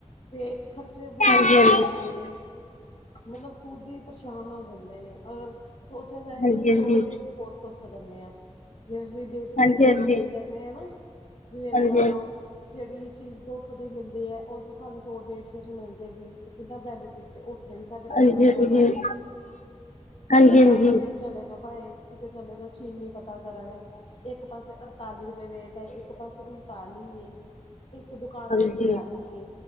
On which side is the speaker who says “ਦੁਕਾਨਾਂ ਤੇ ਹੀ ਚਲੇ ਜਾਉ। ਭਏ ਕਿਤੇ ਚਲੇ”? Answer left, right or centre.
Left